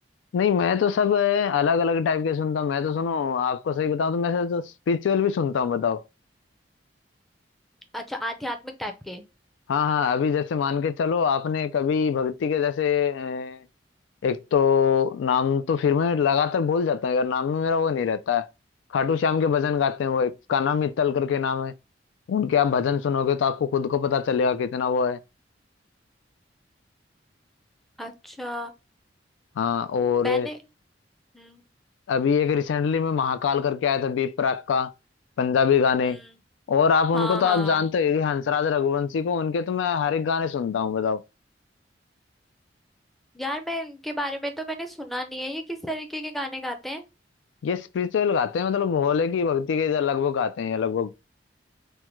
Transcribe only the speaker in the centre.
अच्छा आध्यात्मिक टाइप के
अच्छा
मैंने हम्म
हम्म
हाँ हाँ
यार मैं इनके बारे में तो मैंने सुना नहीं है ये किस तरीके के गाने गाते हैं